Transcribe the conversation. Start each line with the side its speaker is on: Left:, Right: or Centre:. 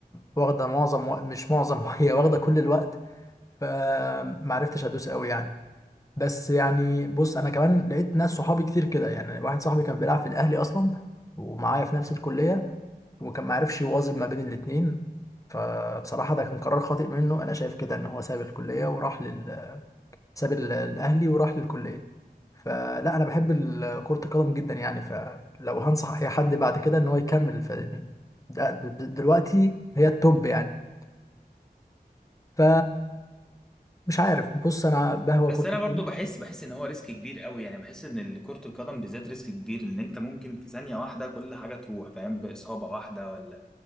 Left: واخدة معظم وق- مش معظم <laughs> هي واخدة كل الوقت فمعرفتش أدوس أوي يعني بس يعني بص أنا كمان لقيت ناس صحابي كتير كده يعني واحد صاحبي كان بيلعب في الأهلي أصلا ومعايا في نفس الكلية وكان معرفش يوازن ما بين الاتنين فبصراحة ده كان قرار خاطئ منه أنا شايف كده إن هو ساب الكلية وراح لل ساب ال- الأهلي وراح للكلية فلا انا بحب ال- كرة القدم جدا يعني فلو هنصح اي حد بعد كده ان هو يكمل ف ده- د- دلوقتي هي التوب يعني ف مش عارف بص انا بهوى
Centre: بس
Left: كرة
Centre: انا
Left: القدم
Centre: برضو بحس بحس ان هو ريسك كبير قوي يعني بحس ان ال- كرة القدم بالذات ريسك كبير ان انت ممكن في ثانية واحدة كل حاجة تروح فاهم بإصابة واحدة ولا